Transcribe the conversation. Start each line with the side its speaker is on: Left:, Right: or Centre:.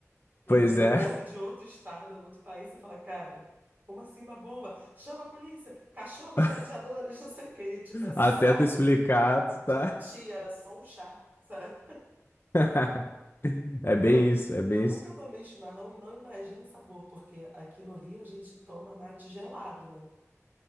Right: e
Left: pois
Right: no aeroporto
Left: é.
Right: de outro estado, um outro país, você fala, cara, como assim uma bomba? Chama a polícia, cachorros
Left: <laughs>
Right: farejadores, <laughs> não sei o quê. E, tipo, é só.
Left: Até tu explicar, tu tá.
Right: O tia era só um chá, sabe?
Left: <laughs> É
Right: Então,
Left: bem isso, é bem
Right: eu nunca
Left: isso.
Right: tomei chimarrão e não imagino o sabor, porque aqui no Rio a gente toma mate gelado, né?